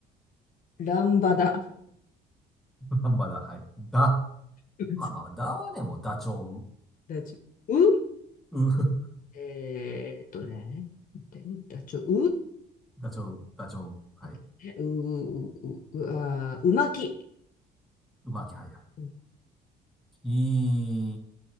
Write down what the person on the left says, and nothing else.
ランバダ。
<laughs>
ダチョウ。
えーとね、待ってダチョウ。
待ってねう、う、う、う、あー、うまき。
うん